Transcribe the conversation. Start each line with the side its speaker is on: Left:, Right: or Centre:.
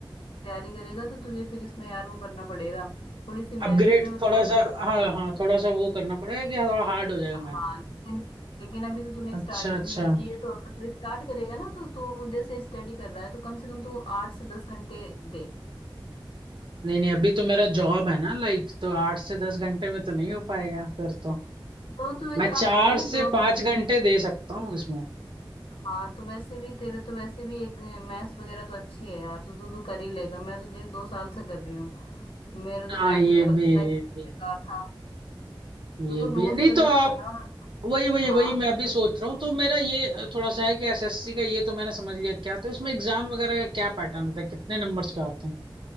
Left: तैयारी करेगा तो तुझे फिर इसमें यार वो करना पड़ेगा थोड़ी सी
Right: अपग्रेड
Left: मैथ इसमें ट्वेल्थ
Right: थोड़ा सा हाँ
Left: यार
Right: हाँ थोड़ा सा वो करना पड़ेगा कि थोड़ा हार्ड हो जाएगा
Left: हाँ
Right: मैथ
Left: लेकिन लेकिन अभी तो तूने
Right: अच्छा
Left: स्टार्टिंग
Right: अच्छा
Left: भी नहीं की है तो अगर फिर स्टार्ट करेगा ना तो तू जैसे स्टडी कर रहा है तो कम से कम तू आठ से दस घंटे दे
Right: नहीं नहीं अभी तो मेरा जॉब है ना लाइक तो आठ से दस घंटे में तो नहीं हो पाएगा फिर तो
Left: तो तू
Right: मैं
Left: एक काम
Right: चार
Left: ना
Right: से
Left: जॉब भी
Right: पांच घंटे दे सकता हूँ इसमें
Left: हाँ तो वैसे भी तेरे तो वैसे भी एक मैथ्स वगैरह तो अच्छी है यार तो तू तू कर ही लेगा मैं तो देख दो साल से कर रही हूँ मेरा
Right: हाँ
Left: तो मैथ
Right: ये
Left: तुझे पता
Right: भी ये
Left: है बेकार
Right: भी
Left: था तो
Right: ये
Left: तू नोट्स
Right: भी है। नहीं
Left: वगैरह
Right: तो आप
Left: बना और
Right: वही वही
Left: हाँ
Right: वही मैं भी सोच रहा हूँ तो मेरा ये अ, थोड़ा सा है कि एसएससी का ये तो मैंने समझ लिया क्या तो इसमें एग्जाम वगैरह का क्या पैटर्न होता है कितने नंबर्स का आते हैं